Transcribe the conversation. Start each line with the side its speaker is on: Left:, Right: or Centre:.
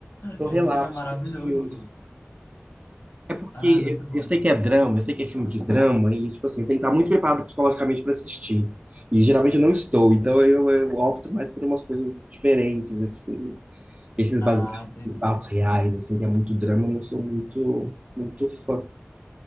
Right: são
Left: Esse
Right: relapsos
Left: filme é maravilhoso.
Right: dos filmes. É porque
Left: Ah, é muito bom,
Right: eu, eu sei
Left: muito
Right: que
Left: bom.
Right: é drama, eu sei que é filme de drama, e, tipo assim, tem que estar muito preparado psicologicamente para assistir. E geralmente eu não estou, então eu, eu opto mais por umas coisas diferentes, assim. Esses
Left: Ah,
Right: baseados
Left: entendi.
Right: em fatos reais, assim, que é muito drama, eu não sou muito, muito fã.